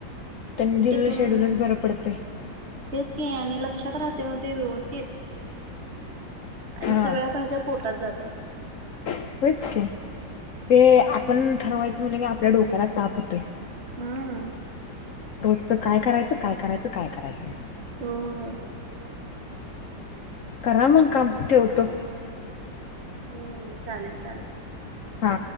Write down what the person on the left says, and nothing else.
त्यांनी दिलेलं
शेड्यूलच बरं पडतंय.
हा
होयच की ते आपण ठरवायचं म्हणल की आपल्या डोक्याला ताप होतोय.
रोजच काय करायचं काय करायचं काय करायचं
करा मग काम ठेवतो.
हा